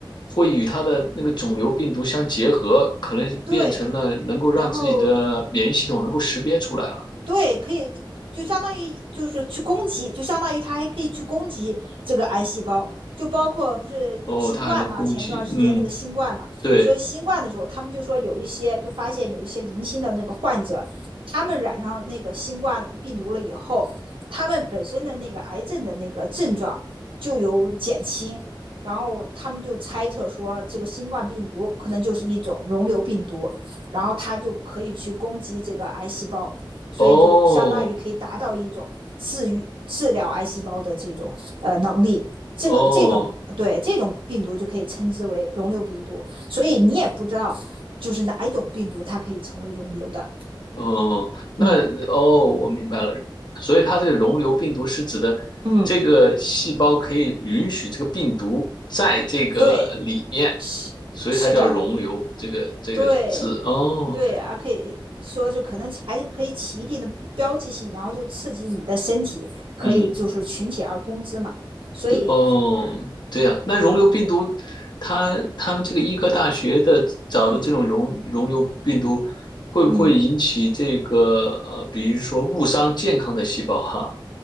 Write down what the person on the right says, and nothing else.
对，然后对，可以，就相当于就是去攻击，就相当于它还可以去攻击这个癌细胞，就包括不是有新冠嘛，
前一段时间那个新冠嘛，
所以新冠的时候，他们就说有一些就发现有一些零星的那个患者，他们染上那个新冠病毒了以后，他们本身的那个癌症的那个症状就有减轻，然后他们就猜测说这个新冠病毒可能就是一种溶瘤病毒，然后它就可以去攻击这个癌细胞。所以就相当于可以达到一种治愈、
治疗癌细胞的这种呃能力。这个这种对这种病毒就可以称之为溶瘤病毒，
所以你也不知道就是哪一种病毒它可以成为溶瘤的。
嗯
嗯，对，是是的，
对
对，而可以说就可能还是可以起一定的标记性，然后就刺激你的身体，可以就是群起而攻之嘛。
所以，
嗯
嗯